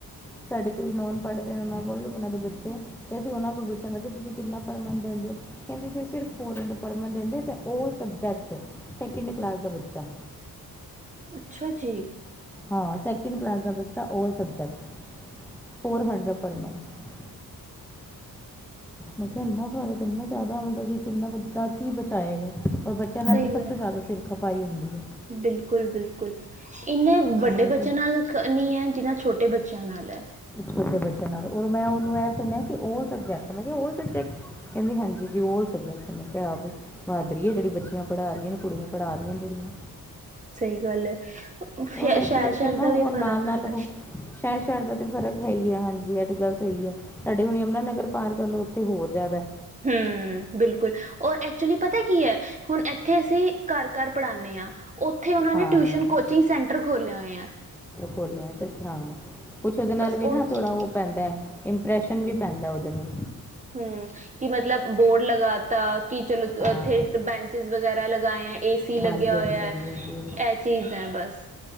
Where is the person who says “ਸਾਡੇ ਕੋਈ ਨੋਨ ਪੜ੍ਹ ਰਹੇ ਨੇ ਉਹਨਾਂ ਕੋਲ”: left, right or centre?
Centre